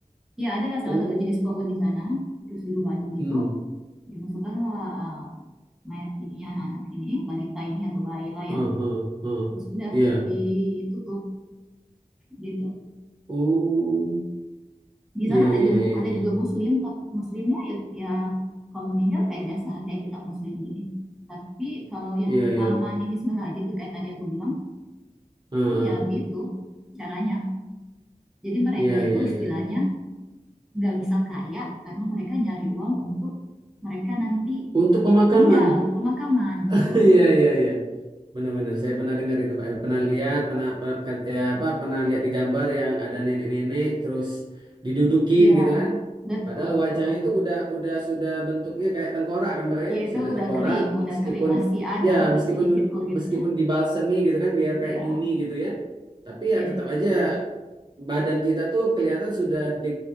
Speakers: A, in the centre; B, on the right.
A: Ya, adalah salah
B: oh
A: satu jenis pohon di sana, terus dilubangi
B: hmm
A: gitu. Dimasukkanlah eh, mayat ininya anak-anak ini, balita ini atau bayi lah ya.
B: ah ah ah
A: Terus udah
B: ya
A: ditutup gitu.
B: oh
A: Di
B: ya
A: sana ada juga,
B: ya ya
A: ada juga
B: ya
A: muslim, tapi muslimnya ya, ya kalau meninggal kayak biasa, kayak kita muslim gini. Tapi kalau yang
B: ya ya
A: pahaman ini Bismillah aja tuh kayak tadi aku bilang,
B: ah ah.
A: tuh ya gitu caranya. Jadi mereka
B: ya ya
A: itu
B: ya
A: istilahnya
B: ya
A: nggak bisa kaya karena mereka nyari uang untuk mereka nanti
B: untuk pemakaman
A: meninggal pemakaman
B: <laughs>
A: betul
B: ya ya ya Benar-benar saya pernah dengar itu Mbak. Pernah lihat, pernah pernah- ya apa pernah lihat di gambar yang ada nenek-nenek terus didudukin
A: iya
B: gitu kan.
A: betul
B: Padahal
A: betul
B: wajahnya
A: betul
B: itu udah udah sudah bentuknya kayak tengkorak kan Mbak ya,
A: iya itu
B: sudah
A: udah
B: tengkorak
A: kering udah
B: meskipun
A: kering masih ada
B: ya meskipun
A: sedikit kulitnya
B: meskipun dibalsemi gitu kan biar kayak
A: iya
B: mumi gitu ya. Tapi
A: iya
B: ya tetap aja badan kita tuh kelihatan sudah di-